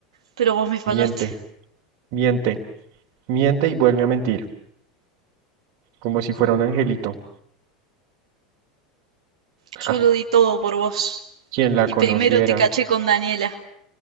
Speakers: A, on the right; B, on the right.
A: Pero vos me fallaste.
B: Miente, miente, miente y vuelve a mentir, como si fuera un angelito. Ja,
A: Yo lo di todo por vos.
B: quien la
A: Y
B: conociera.
A: primero te caché con Daniela.